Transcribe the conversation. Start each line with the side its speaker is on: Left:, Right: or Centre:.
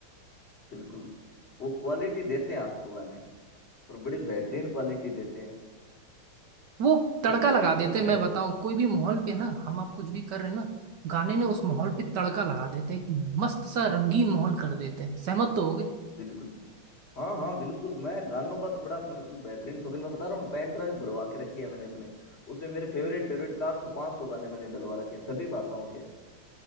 Left: बिल्कुल वो क्वालिटी देते हैं आपको गाने और बड़ी बेहतरीन क्वालिटी देते हैं
Right: वो तड़का
Left: उनका
Right: लगा
Left: तो मतलब
Right: देते हैं, मैं
Left: है
Right: बताऊं कोई भी माहौल पे ना हम आप कुछ भी कर रहे हैं ना गाने ने उस माहौल पे तड़का लगा देते हैं, एक मस्त सा रंगीन माहौल कर देते हैं सहमत तो होगे
Left: बिल्कुल बिल्कुल हाँ हाँ बिल्कुल मैं गानों का तो बड़ा मतलब बेहतरीन शौकीन मैं बता रहा हूँ पेन ड्राइव भरवा के रखी है मैंने अपने उसमें मेरे फेवरेट फेवरेट चार सौ पांच सौ गाने मैंने डलवा रखे हैं सभी भाषाओं के